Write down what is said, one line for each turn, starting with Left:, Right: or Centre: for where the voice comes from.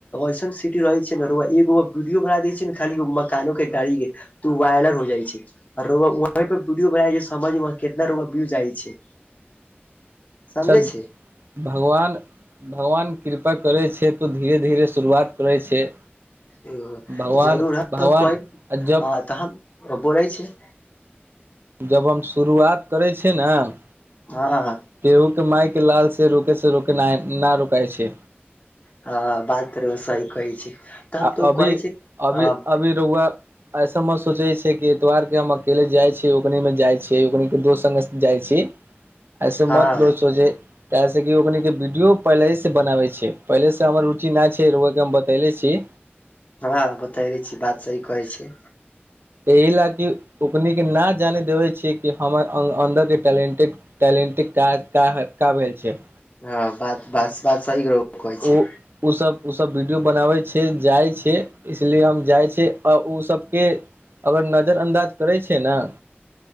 Left: ऐसन सीटी रहै छै ने एगो वीडियो बना दयै छै न रउआ खाली मकानो के गाड़ी के। उ वायरल हो जाइ छै, रउआ वहा पर वीडियो बना समझ मे कितना रिव्यू जाइ छै। समझै
Right: छन
Left: छै
Right: <inaudible> भगवान -भगवान कृपा करै छै, तऽ धीरे-धीरे शुरुआत करै छै।
Left: ओ
Right: भगवान
Left: जरूर हम
Right: भगवान जब
Left: हँ तऽ हम बोलै छै।
Right: जब हम शुरुआत करै छियै न।
Left: हाँ।
Right: केहू के मायके लाल से रुकै से रुकै नै ना रुकै छी।
Left: हँ बात तऽ रौआ सही कहै छी। तऽ
Right: आ
Left: हम तो
Right: अभी-
Left: कहै छी
Right: अभी-
Left: हँ
Right: अभी रौआ। ऐसे में सोचै छियै कि एतवार के हम अकेले जाय छी, ओकनी में जाय छी, ओकनी के दोस्त संगे जाइ छी, एहिसँ
Left: हँ
Right: मत लोक सोचै काहे से कि ओकनी के वीडियो पहिलेहे सँ बनाबै छी, पहिलेसँ हमर रुचि नै छै, रौआ के हम बतैले छी।
Left: हं बतेरे छी बात सही कहै छी।
Right: एहि लए की ओकनी के ना जाने देबै छै कि हमर अन्द-अन्दर के टैलेंटेड। टैलेंटिक काज काह का भेल छै।
Left: हँ बात- बात- बात सही रौआ कहै
Right: ओ
Left: छी।
Right: उ सब उ सब वीडियो बनावे छै जाय छै। इसलिए हम जाइ छी आ उ सभके। अगर नजर अन्दाज करै छियै नऽ।